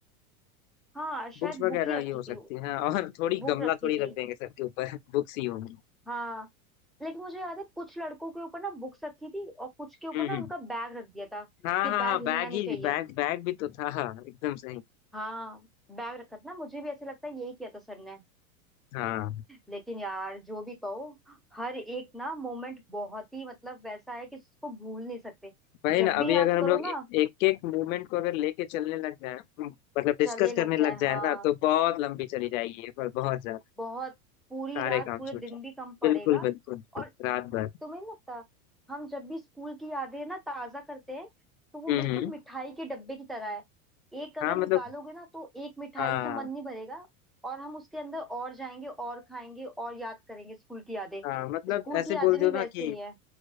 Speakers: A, in the centre; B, on the left.
A: हाँ शायद
B: बुक्स वगैरह
A: बुक ही
B: ही
A: रखी
B: हो
A: थी
B: सकती है और थोड़ी
A: बुक
B: गमला
A: रखी
B: थोड़ी
A: थी
B: रख देंगे सर के ऊपर बुक्स ही होंगी
A: हाँ लेकिन मुझे याद है कुछ लड़कों के ऊपर ना बुक्स रखी थी और कुछ के ऊपर
B: हम्म
A: ना
B: हम्म।
A: उनका बैग रख दिया था
B: हाँ
A: कि
B: हाँ
A: बैग
B: हाँ
A: हिलना
B: बैग
A: नहीं
B: ही
A: चाहिए
B: बैग बैग भी तो था हाँ, एकदम सही
A: हाँ बैग रखा था ना मुझे भी ऐसे लगता है यही किया था सर ने
B: हाँ
A: लेकिन यार जो भी कहो हर एक ना मोमेंट बहुत ही मतलब वैसा है कि इसको भूल नहीं सकते
B: वही
A: जब
B: ना
A: भी
B: अभी
A: याद
B: अगर हम
A: करो
B: लोग एक
A: ना
B: एक मूवमेंट को अगर लेके चलने लग जाए मतलब डिस्कस
A: चले लग
B: करने लग
A: जाए
B: जाए
A: हाँ
B: ना तो बहुत लंबी चली जाएगी ये पर बहुत ज्यादा
A: बहुत पूरी
B: सारे
A: रात
B: काम
A: पूरे
B: छूट
A: दिन
B: जाए
A: भी कम पड़ेगा
B: बिल्कुल बिल्कुल
A: और
B: रात भर
A: तुम्हें नहीं लगता हम जब भी स्कूल की यादें ना ताजा करते हैं तो वो
B: हम्म,
A: बिल्कुल
B: हम्म।
A: मिठाई के डब्बे की तरह है एक अगर
B: हाँ
A: निकालोगे
B: मतलब
A: ना तो एक मिठाई
B: हाँ
A: से मन नहीं भरेगा और हम उसके अंदर और जाएंगे और खाएंगे और याद करेंगे स्कूल की यादें
B: हाँ मतलब
A: स्कूल
B: ऐसे
A: की यादें
B: बोल दो
A: भी वैसे
B: ना कि
A: ही है